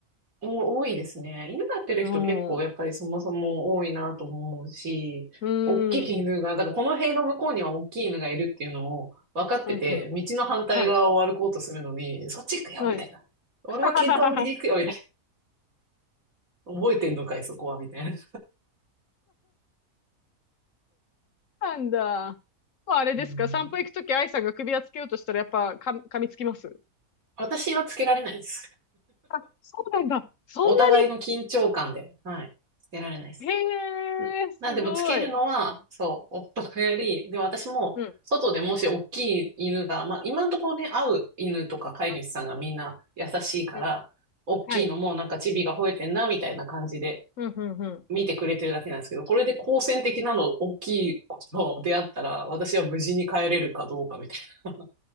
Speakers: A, on the right; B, on the left.
A: お多いですね。犬飼ってる人結構やっぱりそもそも多いなと思うし、
B: うん。うー
A: 大きい犬が、
B: ん。
A: だからこの塀の向こうには大きい犬がいるっていうのを分かってて、
B: うんうん。
A: 道の反対側を歩こうとするのに、
B: はい。
A: そっち行くよみたいな。
B: はい。
A: 俺は喧嘩売りに行くよみたい
B: <laughs>
A: な。覚えてんのかい、そこはみたいな。
B: なんだ。もうあれですか散歩行くとき愛さんが首輪つけようとしたらやっぱか噛みつきます
A: うん、私はつけられないです。
B: あ、そうなんだ。そんなに。
A: お互いの緊張感で、はい、つけられないです。
B: へえ、すごい。
A: なんでもつけるのは、そう、夫がやり、で、私も、
B: うん。
A: 外でもし大きい犬が、まあ、今のところね、会う犬とか飼い主さんがみんな優しいから、
B: うん。うん
A: 大きいのもなんかチビが吠えてんな、
B: はい。
A: みたいな感じで
B: うん、うん、うん。
A: 見てくれてるだけなんですけど、これで好戦的なの、大きい子と出会ったら、私は無事に帰れるかどうかみたいな。